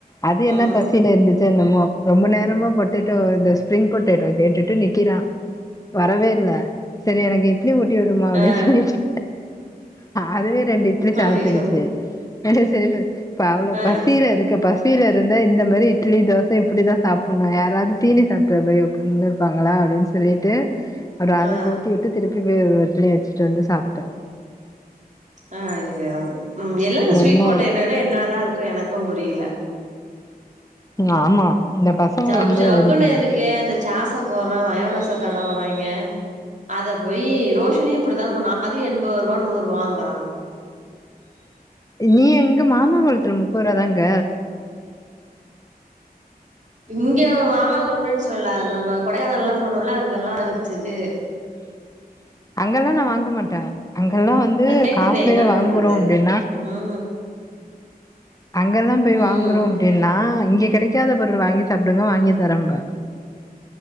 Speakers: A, on the left (about 20°); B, on the right (about 50°).
A: அது என்ன
B: ம்
A: பசியிலே இருந்துச்சோ என்னமோ ரொம்ப நேரமா பொட்டெட்டோ இந்த ஸ்பிரிங் பொட்டேட்டோ கேட்டுட்டு நிக்கிறான் வரவே இல்ல சரி எனக்கு இட்லி ஊட்டி விடுமா அப்டின்
B: ஆ
A: சொல்லிட்டு அதுவே ரெண்டு இட்லி சாப்புட்டுருச்சு
B: ஐயோ
A: சரி இ அவ்ளவு
B: ஆ
A: பசியில இருக்க பசி பசியில இருந்தா இந்த மாரி இட்லி தோச இப்படிதான் சாப்பிடணும் யாராவது தீனி சாப்டுறமாரி உக்காந்து இருப்பாங்களா அப்டின் சொல்லிட்டு அப்புறம் அதுக்கு
B: ஆ
A: ஊட்டி விட்டு திருப்பி போய் பிளே வச்சிட்டு வந்து சாப்பிட்டேன்
B: ஆஹ் உம் எல்லா ஸ்வீட்
A: என்ன
B: பொட்டேட்டோல என்னாதான் இருக்கும் எனக்கும் புரியல
A: ம் ஆமா இந்த பசங்க
B: சவுக்கு
A: ரொம்ப
B: சவுக்குன்னு
A: இது பண்ணு
B: இருக்கு அந்த ஜாஸ போடுறான் மயோனச தடவுறாங்க அத போய் ரோஷனியும் இப்படிதான் பண்ணுவான் அது எண்பது ரூபா நூறு வாங்குறோ
A: நீ எங்க மாமாங் குளத்துல முப்பது ரூவா தாங்க
B: இங்க மாமாங்க ஒன்னுமே சொல்லல நம்ம கொடைக்கானல்லாம் போனோம்ல அங்கெல்லாம் வச்சிது
A: <inaudible> அங்கெல்லா நா வாங்க மாட்டே அங்கெல்லாம் வந்து
B: அது கேக்குதே
A: காஸ்ட்லியா
B: என்ன
A: வாங்குறோ
B: பண்றது
A: அப்படின்னா
B: ம்
A: அங்கெல்லாம் போய்
B: ம்
A: வாங்குறோம் அப்படின்னா இங்க கிடைக்காத பொருள் வாங்கி சாப்டுங்க வாங்கி தாரேன் பாரு